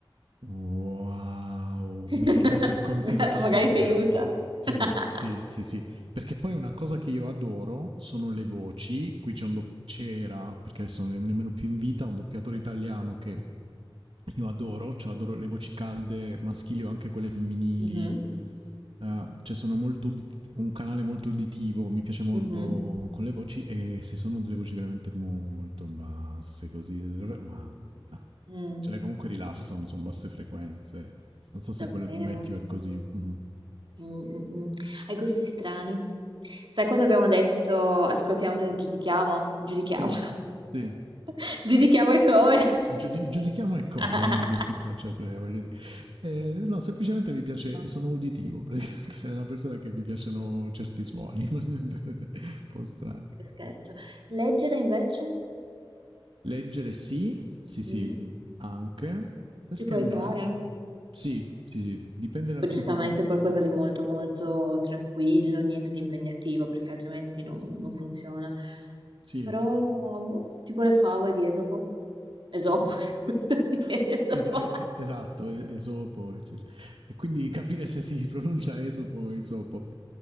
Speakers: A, on the right; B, on the right.
A: Wow,
B: <laughs>
A: mi hai dato il consiglio per stasera.
B: Magari ti aiuta.
A: Sì,
B: <laughs>
A: sì, sì, sì. Perché poi una cosa che io adoro sono le voci. Qui c'è un do- c'era, perché adesso non è nemmeno più in vita, un doppiatore italiano che io adoro, cioè adoro le voci calde maschili o anche quelle femminili.
B: Mhm,
A: Eh, cioè sono molto udit- un canale molto uditivo, mi piace molto
B: mhm,
A: con le voci e se sono delle voci veramente molto basse così, mamma mia.
B: mm,
A: Cioè, comunque rilassano, sono basse frequenze. Non so se
B: davvero.
A: quello di Matthew è così. Mhm.
B: Mm, mm, mm. Hai gusti strani. Sai quando abbiamo detto ascoltiamo e giudichiamo? Giudichiamo.
A: Sì, sì.
B: <laughs> Giudichiamo e come.
A: Giudi- giudichiamo e come
B: <laughs>
A: i gusti stanno, cioè, pre- voglio dire. Eh, no, semplicemente mi piace,
B: No,
A: sono uditivo, praticamente. <laughs> Cioè, una persona che mi piacciono certi suoni, <laughs> un po' strani.
B: scherzo. Leggere invece?
A: Leggere sì, sì, sì,
B: Mm,
A: anche, perché
B: Ti può
A: no?
B: aiutare?
A: Sì, sì, sì, dipende dal
B: O giustamente
A: tipo di...
B: qualcosa di molto molto tranquillo, niente di impegnativo, perché altrimenti non, non funziona.
A: Sì,
B: Però, boh, tipo le favole di Esopo. Esopo, <laughs> questo di Esopo.
A: Esa- e- esatto, e- Esopo, eccetera. E quindi capire se si pronuncia Esopo o Esopo.